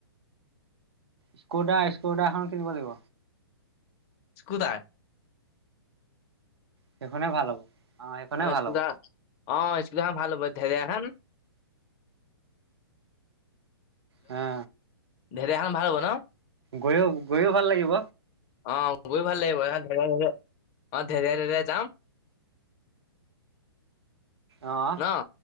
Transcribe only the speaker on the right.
স্ক'ডা, স্ক'ডা এখন কিনিব লাগিব।
সেইখনে ভাল হ'ব। অ' সেই খনে ভাল
হ'ব।
হা।
গৈয়ো, গৈয়ো ভাল লাগিব?
অ'।